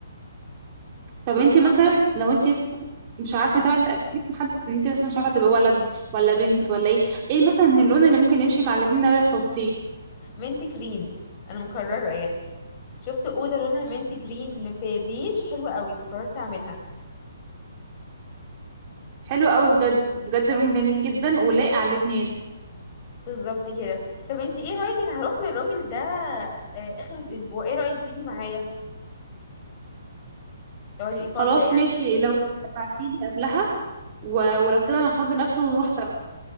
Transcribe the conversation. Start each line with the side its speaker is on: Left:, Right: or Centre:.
Right: طب
Left: بالمره
Right: انت مثلا لو انت لسه مش عارفه طبعا اكيد محد ان انت مثلا مش عارفه تبقى ولد ولا بنت ولا ايه ايه مثلا اللون اللي ممكن يمشي مع الاتنين ناويه تحطيه
Left: منت جرين انا مكرره يعني شفت اوضه لونها منت جرين في بيج حلوه قوي فقررت اعملها
Right: حلو قوي بجد بجد لون جميل جدا ولايق على الاتنين
Left: بالظبط كده طب انت ايه رايك انا هروح للراجل ده آه، اخر الاسبوع ايه رايك تيجي معايا لو هتبقي فاضيه
Right: خلاص
Left: يعني
Right: ماشي لو كده ابعتيلي قبلها و...
Left: مم.
Right: ولو كده انا هفضي نفسي ونروح سوا